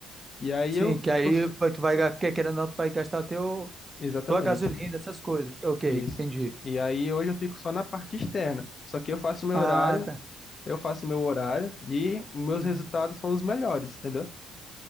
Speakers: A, on the left; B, on the right.
A: E aí
B: Sim,
A: eu
B: que aí
A: tô
B: tu vai, ga- porque querendo ou não, tu vai gastar o teu
A: exatamente.
B: Tua gasolina, essas coisas. Ok,
A: Isso.
B: entendi.
A: E aí hoje eu fico só na parte externa. Só que eu faço meu
B: Ah,
A: horário,
B: tá.
A: eu faço meu horário e meus
B: Uhum.
A: resultados são os melhores, entendeu?